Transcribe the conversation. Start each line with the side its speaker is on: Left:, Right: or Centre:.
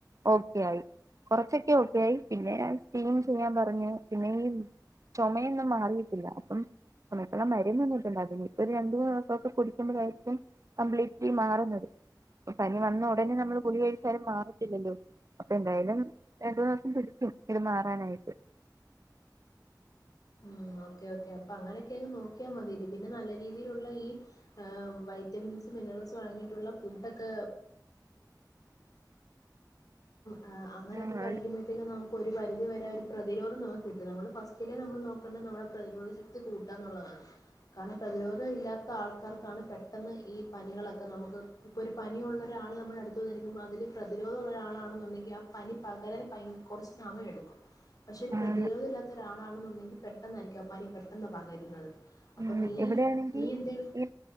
Right: ഓക്കെ ആയി കൊറച്ചൊക്കെ ഓക്കെ ആയി പിന്നെ സ്ീം ചെയ്യാൻ പറഞ്ഞു പിന്നെ ഈ ചുമയൊന്നും മാറിയിട്ടില്ല അപ്പം സിപ്പുള്ള മരന്ന് തന്നിട്ടുണ്ട് അതിനി ഇപ്പൊ ഒരു രണ്ട മൂന്ന് ദിവസംൊക്കെ കുടിക്കുമ്പോഴായിരിക്കും കംപ്ലീറ്റ്ലി മാറുന്നത് പനി വന്ന ഉടനെ നമ്മള് പുലി കഴിച്ചാലും മാറല്ലല്ലോ അപ്പൊ എന്തായാലും രണ്ട മന്ന് ദിവസം പിടിക്കും ഇത് മാറാനായിട്ട്
Left: ഉ ഓക്കേ ഓക്കെ അപ്പൊ അങ്ങനെയൊക്കെങ്ങ് നോക്കിയാൽ മതി പിന്നെ നല്ല രീതിയിലുള്ള ഈ വൈറ്റമിൻ ക ക ആ് അങ്ങനൊക്കെ
Right: ആഹ്
Left: കഴിക്കുമ്പോഴത്തേക്ക നമുക്ക് ഒരു പരിി വരെ ഒരു പ്രതിരോധം നമു കിട്ടും നമ്മള് ഫസ്റ്റിലെ നമ്മൾ നോ നമ്മുടെ പ്രതിരോധ ശക്തി കൂട്ടാ എന്നുള്ളതാണ് കാരണം പ്രതിരോധം ഇല്ലാത്ത ആൾക്കാർക്കാണ് പെട്ടെന്ന് ഈ പനികളൊക്കെ നമുക്ക് ഇപ്പൊ ഒരു പനിിയ ഉുള്ള ഒരാൾ നമ്മൾ അടുത്തു വന്നിരിക്കുമ്പൾ അതില് പ്രതിരോധമുള്ളരാ ാണുണ്ടെങ്കിൽ ആ പനി പകരാൻ കുറച്ച്ു സമയമ എടുക്കും പക്ഷെ ഒരു പ്രതിരോധമ
Right: ആണ്
Left: ഇല്ലത്ത ഒരാളാണെന്നുണ്ടെങ്കിൽ പെട്ടെന്നായിരിക്കാപ്പാനി പെട്ടെന്ന പകരുന്നത് അപ്പൊ
Right: ഉ
Left: നീ
Right: എവിടെയാണെങ്കിൽ
Left: നീ എന്ത്
Right: ഈ